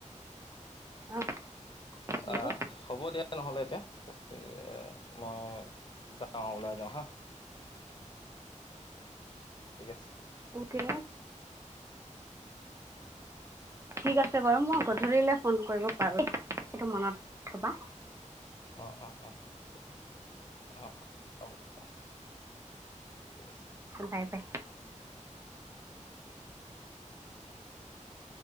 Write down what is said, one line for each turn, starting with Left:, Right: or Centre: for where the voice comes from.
Right: অ হেল্ল'
Left: আহ হ'ব দিয়া নহ'লে এতিয়া দছ মিনিট মই যাও ওলাই যাওঁ হা, ঠিক আছে।
Right: ওকে। ঠিক আছে বাৰু মই গধূলিলে ফোন কৰিব পাৰো, সেইটো মনত থবা।
Left: অ অ অহ ঠিক। অ অ হ'ব হ'ব ঠিক আছে।
Right: Bye bye.
Left: <unintelligible>